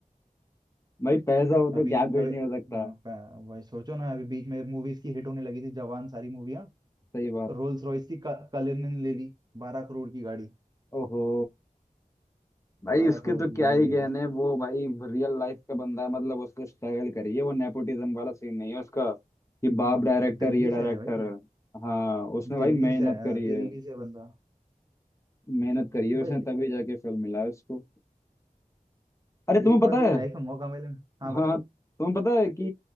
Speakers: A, on the left; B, on the right.
A: भाई पैसा हो तो
B: अभी
A: क्या कुछ
B: अभी
A: नहीं हो सकता
B: हाँ, प- वही सोचो ना अभी बीच में मूवीज की हिट होने लगी थी जवान सारी मूवियां
A: सही बात
B: रोल्स रॉयस की क- कलिनन ले ली बारह करोड़ की गाड़ी
A: ओहो भाई
B: बारह
A: उसके
B: करोड़
A: तो
B: की
A: क्या
B: गाड़ी
A: ही
B: लेके
A: कहने वो भाई रियल लाइफ का बंदा है मतलब उसको स्ट्रगल करिए वो नेपोटिज्म वाला सीन नहीं है उसका कि बाप
B: हाँ
A: डायरेक्टर
B: दिल्ली
A: ये डायरेक्टर
B: से है भाई
A: है हाँ उसने
B: दिल्ली
A: भाई मेहनत
B: से है
A: करी
B: दिल्ली
A: है
B: से बंदा
A: मेहनत करी है
B: भाई
A: उसने तभी जाके फिल्म मिला है उसको अरे तुम्हें
B: एक
A: पता
B: बार कभी
A: है
B: लाइफ में मौका मिले हाँ बताओ
A: हाँ हाँ, तुम्हें पता है कि